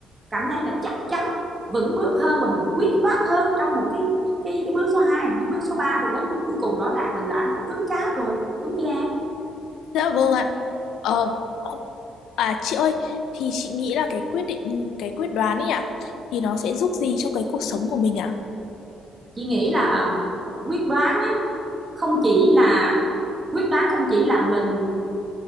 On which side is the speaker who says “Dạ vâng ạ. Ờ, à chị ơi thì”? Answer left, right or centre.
Left